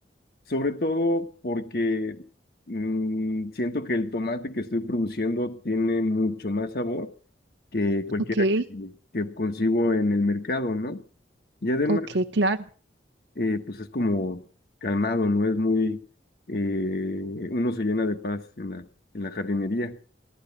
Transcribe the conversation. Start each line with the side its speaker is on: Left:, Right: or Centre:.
Left: sobre todo porque mm, siento que el tomate que estoy produciendo tiene mucho más sabor que cualquiera
Right: Ok.
Left: que, que consigo en el mercado, ¿no? Y además,
Right: Ok, claro.
Left: eh, pues es como calmado, ¿no? Es muy, eh, uno se llena de paz en la, en la jardinería.